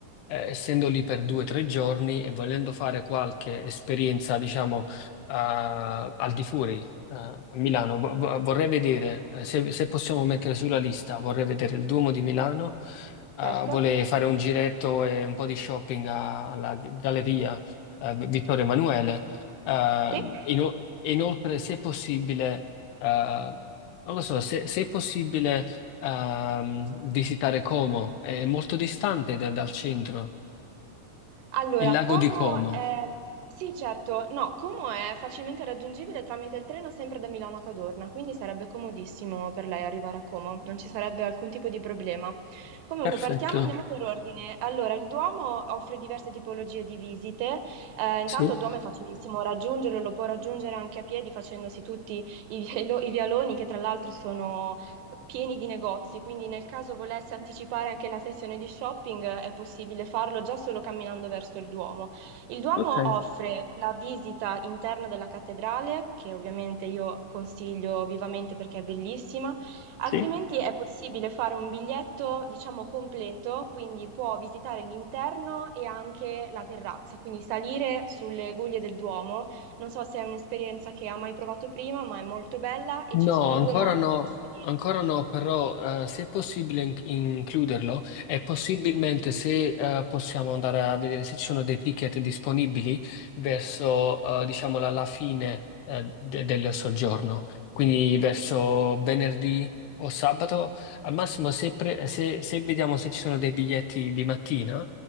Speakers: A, on the left; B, on the right.
A: eh, essendo lì per due o tre giorni e volendo fare qualche esperienza, diciamo, eh, al di fuori, eh, a Milano, vo- vo- vorrei vedere, eh, se, se possiamo mettere sulla lista, vorrei vedere il Duomo di Milano, Ah,
B: certo.
A: vuole fare un giretto e un po' di shopping a- alla Galleria eh, Vittorio Emanuele. Eh,
B: Sì?
A: ino- e inoltre, se possibile, eh, non lo so, se, se è possibile ehm, visitare Como, è molto distante da- dal centro,
B: Allora,
A: il lago
B: Como
A: di Como.
B: è... Sì, certo, no, Como è facilmente raggiungibile tramite il treno sempre da Milano a Cadorna, quindi sarebbe comodissimo per lei arrivare a Como, non ci sarebbe alcun tipo di problema. Comunque,
A: Perfetto,
B: partiamo, andiamo per ordine. Allora, il Duomo offre diverse tipologie di visite. Eh, intanto
A: sì,
B: il Duomo è facilissimo raggiungerlo, lo può raggiungere anche a piedi facendosi tutti i, vialo- i vialoni, che tra l'altro sono pieni di negozi, quindi nel caso volesse anticipare anche la sessione di shopping eh, è possibile farlo già solo camminando verso il Duomo. Il Duomo
A: ok,
B: offre la visita interna della cattedrale, che ovviamente io consiglio vivamente perché è bellissima, altrimenti
A: sì.
B: è possibile fare un biglietto, diciamo, completo, quindi può visitare l'interno e anche la terrazza, quindi salire sulle guglie del Duomo. Non so se è un'esperienza che ha mai provato prima, ma è molto bella e
A: No,
B: ci sono
A: ancora
B: due modi
A: no,
B: per salire.
A: ancora no, però eh, se è possibile in- includerlo e possibilmente se eh, possiamo andare a vedere se ci sono dei ticket disponibili verso, eh, diciamo, la, la fine eh, de- del soggiorno, quindi verso venerdì o sabato, al massimo se, pre- se- se vediamo se ci sono dei biglietti di mattina,